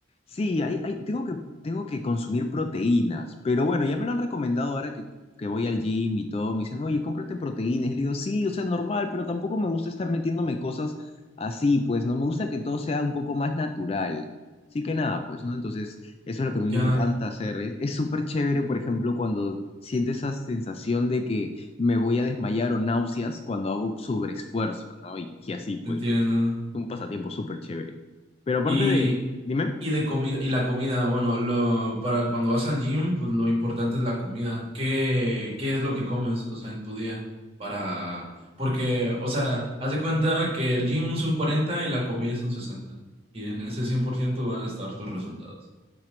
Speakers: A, on the left; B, on the right.
A: Sí, hay, hay, tengo que, tengo que consumir proteínas, pero bueno, ya me lo han recomendado ahora que, que voy al gym y todo, me dicen, oye, cómprate proteínas, y le digo, sí, o sea, normal, pero tampoco me gusta estar metiéndome cosas así, pues, no, me gusta que todo sea un poco más natural, así que nada, pues, ¿no? Entonces, eso es lo que a mí
B: Ya,
A: me encanta hacer, es es súper chévere, por ejemplo, cuando siento esa sensación de que me voy a desmayar o náuseas cuando hago sobreesfuerzo, ¿no? Y, y así, pues,
B: entiendo.
A: pero es un pasatiempo súper chévere. Pero aparte
B: Y
A: de, dime.
B: Y de comida, y la comida, bueno, lo, para cuando vas al gym, pues lo importante es la comida. ¿Qué, qué es lo que comes, o sea, en tu día? Para, porque, o sea, haz de cuenta que el gym es un 40 y la comida es un 60. Y en ese 100% van a estar tus resultados.